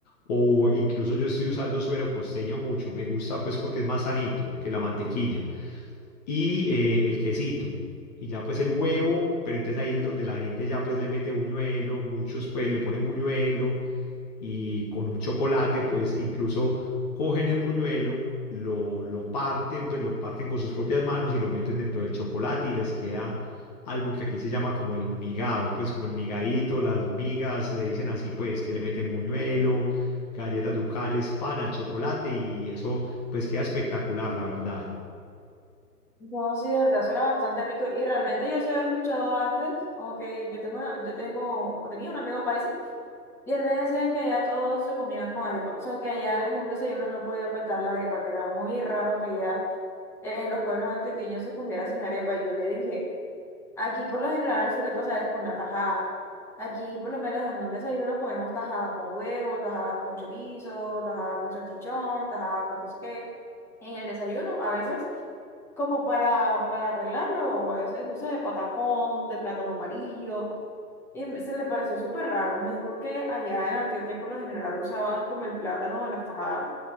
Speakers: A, on the left; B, in the centre.
A: o incluso yo estoy usando suero costeño mucho, me gusta pues porque es más sanito que la mantequilla y eh, el quesito. Y ya pues el huevo, pero entonces ahí es donde la gente ya pues le mete buñuelo, muchos pues le ponen buñuelo y con un chocolate pues incluso cogen el buñuelo, lo, lo parten, pues lo parten con sus propias manos y lo meten dentro del chocolate y les queda algo que aquí se llama como el migado, pues como el migadito, las migas, le dicen así pues que le meten buñuelo, galletas ducales, pan al chocolate y eso pues queda espectacular, la verdad.
B: No, sí, de verdad, suena bastante rico y realmente yo se había escuchado antes, como que yo tengo una- yo tengo, o tenía un amigo paisa y él me decía que allá todo se comía con arepa, o sea, que allá en un desayuno no podía faltar la arepa, que era muy raro que allá eh, en los pueblos antioqueños se comiera sin arepa y yo le dije... Aquí por lo general suele pasar es con la tajada. Aquí por lo menos en el desayuno comemos tajada con huevo, tajada con chorizo, tajada con salchichón, tajada con no sé qué. En el desayuno a veces como para, para arreglarlo, o a veces no sé, de patacón, de plátano amarillo. Y me- se le pareció súper raro. Me dijo que allá en Antioquia por lo general usaban como el plátano o las tajadas.